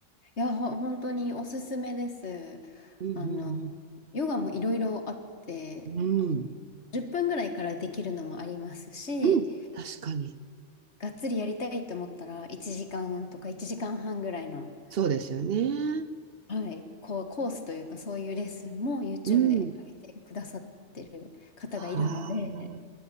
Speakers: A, on the left; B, on the right.
A: や、ほ、本当におすすめです。
B: うんう
A: あの、
B: ん
A: ヨガもいろいろあって、
B: うん。
A: あの、
B: うん、
A: 10分ぐらいからできるのもありますし、
B: うん、確かに。
A: がっつりやりたいと思ったら1時間とか1時間半ぐらいの
B: そうですよね。
A: はい、こう、コースというか、そういうレッスンも YouTube
B: うん。
A: で上げてくださってる方がいるので、
B: ああ。